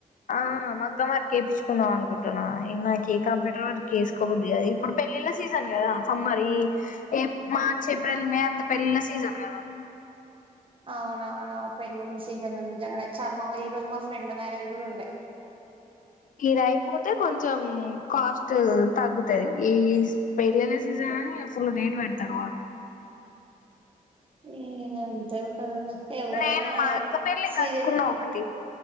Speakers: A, on the left; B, on the right.
A: ఆ మగ్గ మ్ వర్క్ చేపిస్ కున్నా అనుకుంటన్నా నాకే కంప్యూటర్ వరకుేసుకోకుద్దుది అది ఇప్పుడు పెళ్ళిళ్ళా సీజన్ కదా సమ్మర్ ఈ ఏ మార్చ్ ఏప్రిల్ మే అంత పెళ్ళిళ సీజన్ కదా
B: అవునవును ప వెళ్లిింది సీజన్ ఉ చాలా మా ఈ రోజు మా ఫ్రెండ్ మ్యారేజ్ కూడా ఉండే
A: ఇదియిపోతే కొంచెం కాస్ట్ తగ్గుతది ఈ పెళ్ళిళ సీజన్ అని ఫుల్ రేట్ పెడుతుంది తడువాడు
B: ఏ అంతే ఉంటదన్న ఎవ్వరైనా
A: నేను మా అక్క పెళ్లిి కట్టుకున్న
B: సీజన్
A: ఒకటి